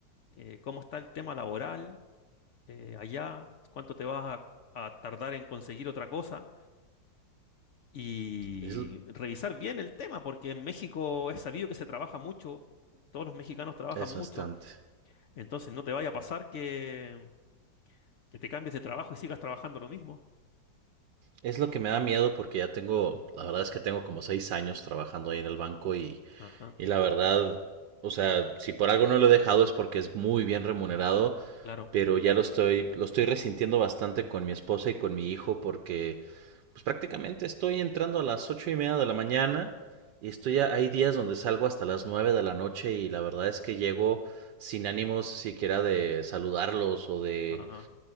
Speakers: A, on the left (about 75°); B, on the right (about 75°).
A: eh, cómo está el tema laboral eh, allá, cuánto te vas a, a tardar en conseguir otra cosa y
B: Es,
A: revisar bien el tema, porque en México es sabido que se trabaja mucho, todos los mexicanos trabajan
B: Es
A: mucho,
B: bastante.
A: entonces no te vaya a pasar que... Que te cambies de trabajo y sigas trabajando lo mismo.
B: Es lo que me da miedo porque ya tengo, la verdad es que tengo como seis años trabajando ahí en el banco y,
A: Ajá,
B: y la verdad, o sea, si por algo no lo he dejado es porque es muy bien remunerado,
A: claro.
B: pero ya lo estoy, lo estoy resintiendo bastante con mi esposa y con mi hijo porque pues prácticamente estoy entrando a las ocho y media de la mañana y estoy, a- hay días donde salgo hasta las nueve de la noche y la verdad es que llego sin ánimos siquiera de saludarlos o de
A: Ajá.